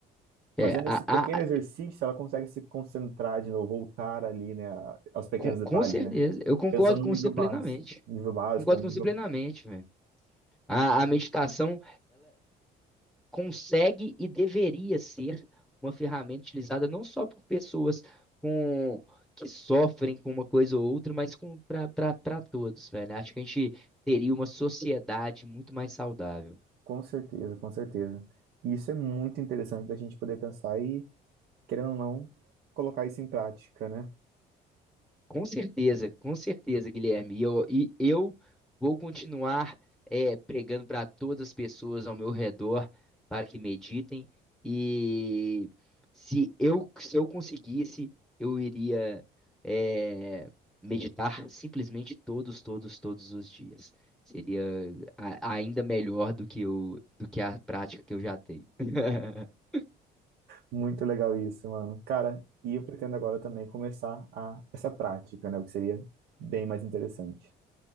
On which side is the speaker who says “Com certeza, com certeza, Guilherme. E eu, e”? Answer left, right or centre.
Centre